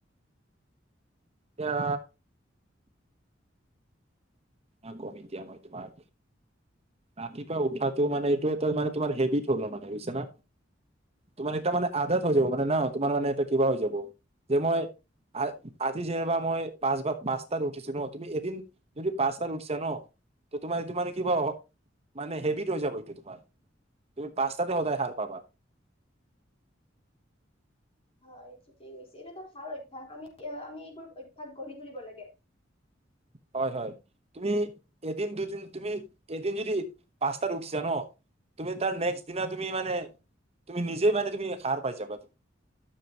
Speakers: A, on the right; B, on the left.
A: এতিয়া এ ম তোমাক ৰাতিপুৱা উঠাটো মানে এইটো এ ম তোমাৰ হেবিট হল মানে বুজছা না তোমাৰ এটা মানে আদাত হৈ যাব মানে ন তোমাৰ মানে এ কিবা হৈ যাব যে মই আজি যেনিবা মই পাঁচ বা পাঁচটাত উঠিছো ন তুমি এদিন যদি পাঁচতাত উঠিছা ন ত তোমাৰ এইটো মানে কিবা মানে হেভিত হৈ যাব এইটো তোমাৰ তুমি পাঁচ্তাতে সদায় সাৰ পাবা।
B: হয় ঠিকেই কৈছে এইটোটো ভাল অভ্যাস আমি আমি এইবোৰ অভ্যাস গঢ়ি তুলিব লাগে
A: হয় হয় তুমি এদিন দুদিন তুমি এদিন যদি পাঁচটাত উঠিছা ন তুমি তাৰ নেক্স দিনা তুমি মানে তুমি নিজেই মানে তুমি সাৰ পাই যাবা তুমি